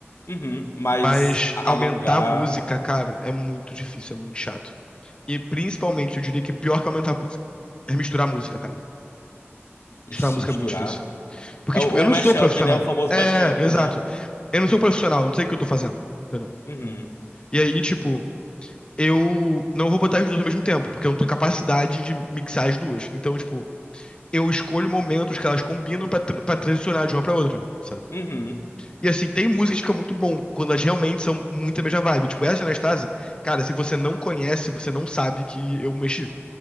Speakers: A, on the left; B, on the left.
A: Uhum. Mas
B: Mas
A: a-
B: aumentar
A: alongar.
B: a música, cara, é muito difícil, é muito chato. E principalmente, eu diria que é pior que aumentar a música é misturar a música, cara. Misturar
A: Ixi,
B: a música
A: misturar.
B: é muito difícil. Porque,
A: É
B: tipo,
A: o,
B: eu não
A: o mashup,
B: sou profissional.
A: né? O famoso
B: É,
A: mashup,
B: exato.
A: né?
B: Eu não sou profissional, não sei o que eu tô fazendo. Entendeu?
A: Uhum.
B: E aí, tipo, eu não vou botar as duas ao mesmo tempo, porque eu não tenho capacidade de mixar as duas. Então, tipo, eu escolho momentos que elas combinam pra, tra- pra transicionar de uma pra outra, sabe?
A: Uhum.
B: E assim, tem música que fica muito bom, quando elas realmente são muito a mesma vibe. Tipo, essa de Anastasia, cara, se você não conhece, você não sabe que eu mexi.